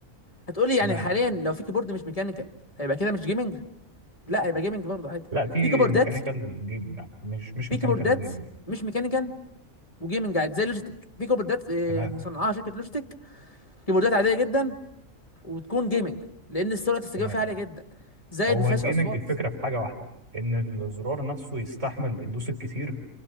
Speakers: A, on the left (about 25°); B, on the right (about 60°).
A: هتقولي يعني
B: تمام
A: حاليا لو في كيبورد مش ميكانيكال هيبقى كده مش جيمنج لا هيبقى جيمنج برضه عادي
B: لا في
A: في كيبوردات
B: ميكانيكال جيمنج عادي مش مش
A: في
B: ميكانيكال
A: كيبوردات
B: وجيمنج
A: مش ميكانيكال وجيمنج عادي زي لوجيتك في كيبوردات آه،
B: تمام
A: مصنعاها شركه لوجيتك كيبوردات عاديه جدا وتكون جيمنج لان سرعه الاستجابه
B: تمام
A: فيها عاليه جدا زائد
B: هو
A: ما فيهاش
B: الجيمنج
A: اصوات
B: الفكرة في حاجة واحدة إن الزرار نفسه يستحمل الدوس الكتير